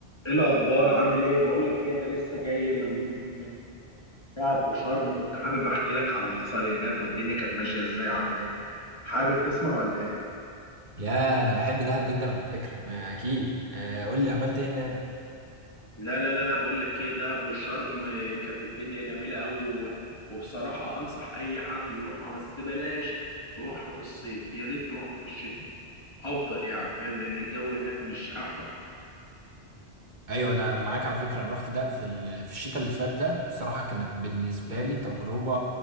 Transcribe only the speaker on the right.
يا انا بحب دهب جدا على فكره ما اكيد آه، قول لي عملت ايه هناك
ايوه انا انا معاك على فكره انا رحت دهب في ال- في الشتاء اللي فات ده بصراحه كانت بالنسبه لي تجربه